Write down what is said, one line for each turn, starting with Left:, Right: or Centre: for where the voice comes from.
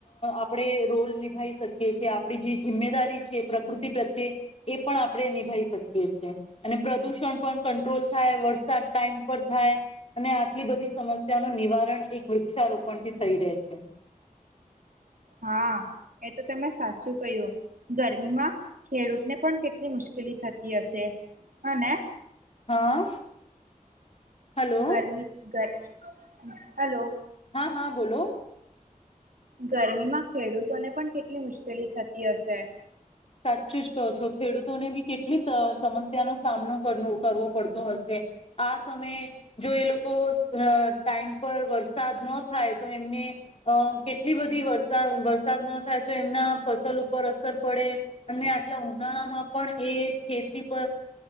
Left: આપણે રોલ નિભાવી શકીએ છીએ આપણી જે જિમ્મેદારી છે પ્રકૃતિ પ્રત્યે એ પણ આપણે નિભાવી શકીએ છીએ અને પ્રદૂષણ પણ કંટ્રોલ થાય વરસાદ ટાઈમ પર થાય અને આટલી બધી સમસ્યાનું નિવારણ એક વૃક્ષારોપણથી થઈ રહે છે.
Right: હા એ તો તમે સાચું કહ્યું ગરમીમાં ખેડૂતને પણ કેટલી મુશ્કેલી થતી હશે અનેને
Left: હા. હલો
Right: ગરમી ગર હલો.
Left: હા હા બોલો.
Right: ગરમીમાં ખેડૂતોને પણ કેટલી મુશ્કેલી થતી હશે.
Left: સાચું જ કહો છો ખેડૂતોને બી કેટલી સમસ્યાનો સામનો કર કરવો પડતો હશે આ સમયે જો એ લોકો ટાઈમ પર વરસાદ ન થાય તો એમને અ કેટલી બધી વરસા વરસાદ ન થાય તો એમના ફસલ ઉપર અસર પડે. અને આટલા ઉનાળામાં પણ એ ખેતી પરે